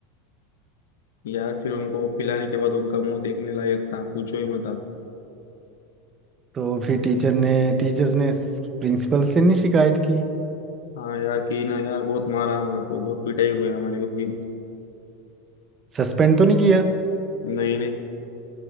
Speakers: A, on the left; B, on the right.
A: यार फिर उनको पिलाने के बाद उनका मुंह देखने लायक था पूछो ही मत आप
B: तो फिर टीचर ने टीचर्स ने प्रिंसिपल से नहीं शिकायत की
A: हाँ यार कि ना यार बहुत मारा हमारे को बहुत पिटाई हुई हमारी उस दिन
B: सस्पेंड तो नहीं किया
A: नहीं नहीं